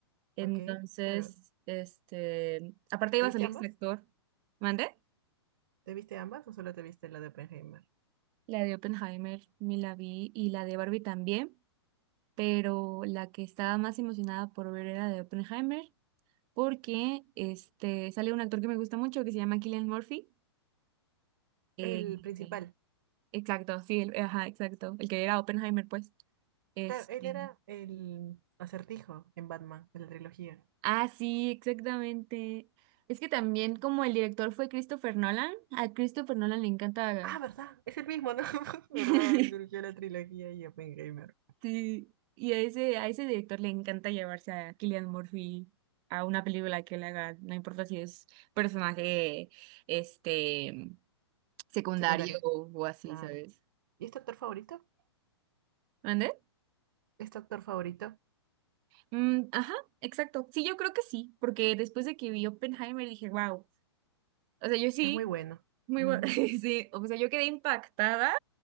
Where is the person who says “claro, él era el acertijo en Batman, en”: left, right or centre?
Right